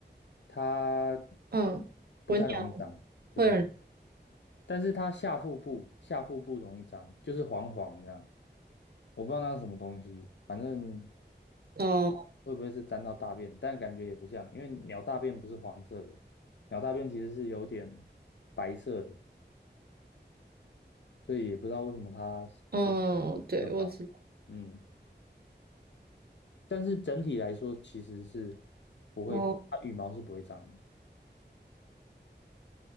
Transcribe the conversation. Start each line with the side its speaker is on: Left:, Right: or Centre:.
Left: 它
Right: 嗯，
Left: 不太容易脏，
Right: 文鸟
Left: 不太，
Right: 会很，
Left: 但是它下腹部下腹部容易脏，就是黄黄这样，我不知道那是什么东西，反正
Right: 哦，
Left: 会不会是沾到大便，但感觉也不像，因为鸟大便不是黄色的，鸟大便其实是有点白色的，所以也不知道为什么它就是腹部的毛，
Right: 嗯，对，我知道。
Left: 嗯，但是整体来说其实是不会，
Right: 哦，
Left: 它羽毛是不会脏的。